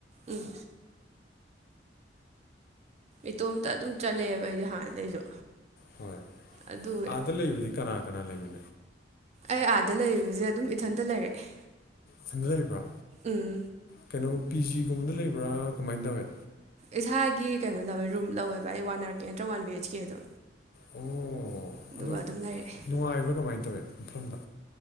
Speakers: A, on the right (about 40°); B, on the left (about 55°).
A: ꯎꯝ ꯏꯇꯣꯝꯇ ꯑꯗꯨꯝ ꯆꯠꯂꯛꯑꯦꯕ ꯑꯩꯗꯤ ꯍꯥꯟꯅꯗꯩꯁꯨ
B: ꯍꯣꯏ
A: ꯑꯗꯨꯒꯤ
B: ꯑꯥꯗ ꯂꯩꯕꯗꯤ ꯀꯅꯥ ꯀꯅꯥ ꯂꯩꯃꯤ
A: ꯑꯩ ꯑꯥꯗ ꯂꯩꯔꯤꯕꯁꯦ ꯑꯗꯨꯝ ꯏꯊꯟꯇ ꯂꯩꯔꯛꯑꯦ
B: ꯁꯨꯝꯗ ꯂꯩꯕ꯭ꯔꯥ
A: ꯎꯝ
B: ꯀꯩꯅꯣꯒ ꯄꯤ ꯖꯤꯒꯨꯝꯕꯗ ꯂꯩꯕ꯭ꯔꯥ ꯀꯃꯥꯏꯅ ꯇꯧꯋꯦ
A: ꯏꯁꯥꯒꯤ ꯀꯩꯅꯣ ꯂꯧꯋꯦ ꯔꯨꯝ ꯂꯧꯋꯦꯕ ꯑꯩ ꯋꯥꯟ ꯑꯥꯔ ꯀꯦ ꯅꯠꯇ꯭ꯔꯒ ꯋꯥꯟ ꯕꯤ ꯑꯩꯆ ꯀꯦꯗꯣ
B: ꯑꯣ
A: ꯑꯗꯨꯒ
B: ꯑꯗꯨ
A: ꯑꯗꯨꯝ ꯂꯩꯔꯛꯑꯦ
B: ꯅꯨꯡꯉꯥꯏꯕ꯭ꯔꯥ ꯀꯃꯥꯏꯅ ꯇꯧꯋꯏ ꯃꯐꯝꯗ